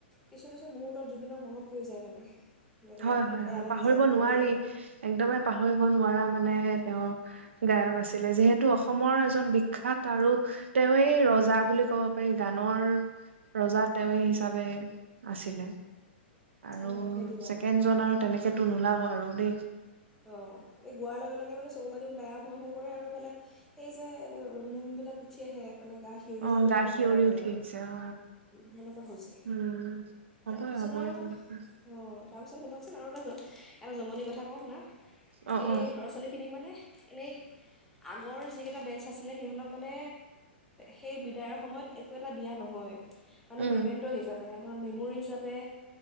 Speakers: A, in the centre; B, on the right (about 85°).
A: কিছু কিছু মুহূৰ্তত জুবিনক মনত পৰি যায় মানে এনেকৈ
B: হয় হয়
A: বেয়া
B: হয়
A: লাগি
B: পাহৰিব
A: যায় দুখ
B: নোৱাৰি
A: লাগি আহে
B: একদমে পাহৰিব নোৱাৰা মানে তেওঁ গায়ক আছিলে যিহেতু অসমৰ এজন বিখ্যাত আৰু তেৱেই ৰজা বুলি ক'ব পাৰি গানৰ ৰজা তেৱে হিচাপে আছিলে আৰু
A: অঁ সেইটো কাৰণে
B: ছেকেণ্ড জন আৰু তেনেকেতো নোলাব আৰু <unintelligible>
A: অ এই গোৱাৰ লগে লগে মানে চকু পানী ওলাই আহো আহো আহো কৰে আৰু ইফালে এই যে নোমবিলাক উঠি আহে মানে গা সিউৰি
B: অ
A: যায় তেনেকুৱা
B: গা শিয়ৰি
A: টাইপৰ হয়
B: উঠি
A: আৰু
B: আহিছে অ
A: সেনেকুৱা হৈছে
B: উম হ'বই
A: তাৰপিছত
B: হ'বই
A: আৰু
B: তেনেকে
A: অ তাৰপিছত শুনকচোন আৰু এটা এটা জমনি কথা কওঁ শুনা
B: অ
A: এই
B: অ
A: ল'ৰা ছোৱালীখিনিক মানে এনেই আগৰ যিকেইটা বেটছ আছিলে সিহঁতক মানে সেই বিদায়ৰ সময়ত একো এটা দিয়া নহয় মানে
B: উম
A: মেমেণ্টো হিচাপে ধৰা মেমৰি হিচাপে